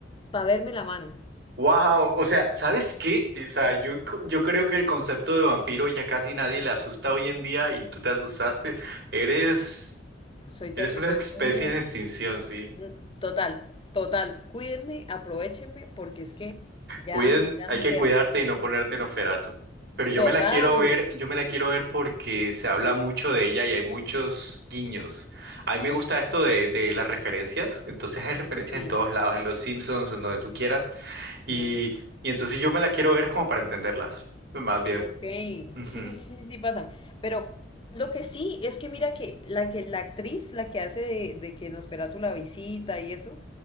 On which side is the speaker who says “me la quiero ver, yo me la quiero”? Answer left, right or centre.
Right